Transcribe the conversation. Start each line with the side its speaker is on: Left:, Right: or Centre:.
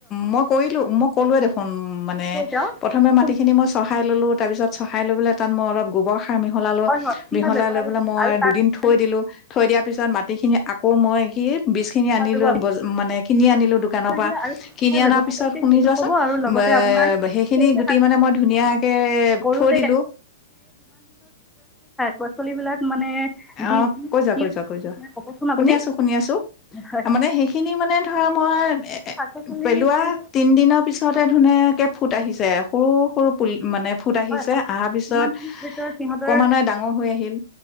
Left: মই কৰিলোঁ। মই কলোয়ে দেখোন মানে
Centre: কৈ যাওক
Left: প্ৰথমে
Centre: কোন
Left: মাটিখিনি মই চহাই ললোঁ, তাৰ পিছত চহাই লৈ পেললে তাত মই অলপ গোবৰ সাৰ মিহালালো,
Centre: হয় হয় কি
Left: মিহলাই
Centre: সাৰ ব্যৱহাৰ
Left: লৈ
Centre: কৰিছে
Left: মই
Centre: আৰু তাৰ
Left: দুদিন থৈ
Centre: ব্যৱহাৰ
Left: দিলোঁ, থৈ দিয়াৰ পিছত পিছত মাটি খিনি আকৌ মই কি বীজখিনি আনি
Centre: কৰিব
Left: লৈ বজ মানে কিনি আনিলোঁ। কানৰ
Centre: বাহিৰে
Left: পৰা
Centre: আৰু কি
Left: কিনি
Centre: সাৰ
Left: অনাৰ
Centre: ব্যৱহাৰ
Left: পিছত,
Centre: কৰিছে
Left: শুনি
Centre: সেইটো
Left: যোৱাচোন,
Centre: ক'ব আৰু লগতে
Left: এ
Centre: আপোনাৰ
Left: সেইখিনি
Centre: সেউজীয়া
Left: গুটি মানে মই ধুনীয়াকে
Centre: কৰোতে
Left: থৈ দিলোঁ।
Centre: পাছলিবিলাক মানে বীজ
Left: অ' কৈ যোৱা,
Centre: কি
Left: কৈ যোৱা, কৈ যোৱা,
Centre: ক'বচোন আপুনি
Left: শুনি আছোঁ, শুনি আছোঁ,
Centre: হয়
Left: তাৰ মানে সেইখিনি মানে ধৰা মই এ,
Centre: শাক পাচলি
Left: পেলোৱা তিন দিনৰ পিছতে ধুনীয়াকে ফুট আহিছে সৰু-সৰু পুল, মানে ফুট আহিছে
Centre: হয় হয়
Left: অহাৰ পিছত
Centre: কিমান দিনৰ ভিতৰত সিহঁতৰ
Left: ক মানে ডাঙৰ হৈ আহিল।